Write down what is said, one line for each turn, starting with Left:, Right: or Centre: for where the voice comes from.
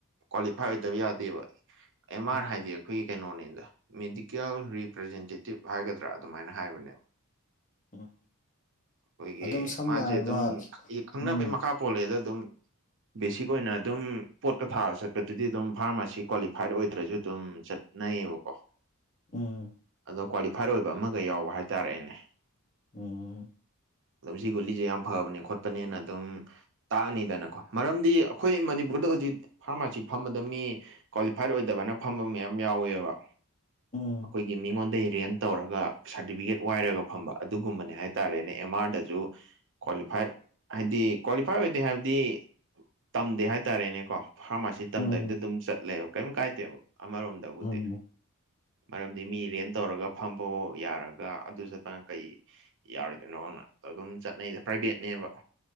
Right: ꯀ꯭ꯋꯥꯂꯤꯐꯥꯏ ꯑꯣꯏꯗꯕ ꯌꯥꯗꯦꯕ ꯑꯦꯝ
Left: ꯎꯝ
Right: ꯑꯥꯔ ꯍꯥꯏꯗꯤ ꯑꯩꯈꯣꯏꯒꯤ ꯀꯩꯅꯣꯅꯤꯗ ꯃꯦꯗꯤꯛ ꯀꯦꯜ ꯔꯤꯄ꯭ꯔꯖꯦꯟꯇꯦꯇꯤꯞ ꯍꯥꯏꯒꯗ꯭ꯔꯥ ꯑꯗꯨꯃꯥꯏꯅ ꯍꯥꯏꯕꯅꯦꯕ꯫
Left: ꯎꯝ
Right: ꯑꯩꯈꯣꯏꯒꯤ
Left: ꯑꯗꯨꯝ ꯁꯝꯅ
Right: ꯃꯥꯁꯦ
Left: ꯍꯥꯏꯕ
Right: ꯑꯗꯨꯝ ꯈꯪꯅꯕꯩ
Left: ꯎꯝ
Right: ꯃꯈꯥ ꯄꯣꯜꯂꯛꯑꯦꯗ ꯑꯗꯨꯝ꯫ ꯕꯦꯁꯤꯛ ꯑꯣꯏꯅ ꯑꯗꯨꯝ ꯄꯣꯠꯀ ꯊꯥꯕ ꯆꯠꯄꯗꯨꯗꯤ ꯑꯗꯨꯝ ꯐꯥꯔꯃꯥꯁꯤ ꯀ꯭ꯋꯥꯂꯤꯐꯥꯏꯠ ꯑꯣꯏꯗ꯭ꯔꯁꯨ ꯑꯗꯨꯝ ꯆꯠ ꯅꯩꯕꯀꯣ
Left: ꯎꯝ꯫
Right: ꯑꯗꯣ ꯀ꯭ꯋꯥꯂꯤꯐꯥꯏꯠ ꯑꯣꯏꯕ ꯑꯃꯒ ꯌꯥꯎꯕ ꯍꯥꯏꯇꯥꯔꯦꯅꯦ꯫
Left: ꯎꯝ꯫
Right: ꯑꯗꯨꯝ ꯁꯤ ꯒꯨꯂꯤꯁꯦ ꯌꯥꯝ ꯐꯕꯅꯦ ꯈꯣꯠꯄꯅꯦꯅ ꯑꯗꯨꯝ ꯇꯥꯛꯑꯅꯤꯗꯅꯀꯣ ꯃꯔꯝꯗꯤ ꯑꯩꯈꯣꯏ ꯃꯅꯤꯄꯨꯔꯗ ꯍꯧꯖꯤꯛ ꯐꯥꯔꯃꯥꯁꯤ ꯐꯝꯕꯗ ꯃꯤ ꯀ꯭ꯋꯥꯂꯤꯐꯥꯏꯠ ꯑꯣꯏꯗꯕꯅ ꯐꯝꯕ ꯃꯌꯥꯝ ꯌꯥꯎꯋꯦꯕ꯫
Left: ꯎꯝ
Right: ꯑꯩꯈꯣꯏꯒꯤ ꯃꯤꯉꯣꯟꯗ ꯏꯔꯦꯟ ꯇꯧꯔꯒ ꯁꯥꯔꯇꯤꯐꯤꯀꯦꯠ ꯋꯥꯏꯔꯒ ꯐꯝꯕ ꯑꯗꯨꯒꯨꯝꯕꯅꯦ ꯍꯥꯏ ꯇꯔꯦꯅꯦ ꯑꯦꯝ ꯑꯥꯔꯗꯁꯨ ꯀ꯭ꯋꯥꯂꯤꯐꯥꯏꯠ ꯍꯥꯏꯗꯤ ꯀ꯭ꯋꯥꯂꯤꯐꯥꯏ ꯑꯣꯏꯗꯦ ꯍꯥꯏꯕꯗꯤ ꯇꯝꯗꯦ ꯍꯥꯏꯇꯥꯔꯦꯅꯦꯀꯣ꯫ ꯐꯥꯔꯃꯥꯁꯤ ꯇꯝꯗꯕꯤꯗ
Left: ꯎꯝ
Right: ꯑꯗꯨꯝ ꯆꯠꯂꯦꯕ ꯀꯩꯝ ꯀꯥꯏꯗꯦꯕ ꯑꯃꯔꯣꯝꯗꯕꯨꯗꯤ꯫
Left: ꯎꯝ ꯎꯝ
Right: ꯃꯔꯝꯗꯤ ꯃꯤ ꯔꯦꯟ ꯇꯧꯔꯒ ꯐꯝꯕꯕꯧ ꯌꯥꯔꯒ ꯑꯗꯨ ꯆꯠꯄꯅ ꯀꯩ ꯌꯥꯎꯔꯤꯗꯣꯏꯅꯣꯅ ꯑꯗꯨꯝ ꯆꯠꯅꯩꯗ ꯄ꯭ꯔꯥꯏꯚꯦꯠꯅꯦꯕ꯫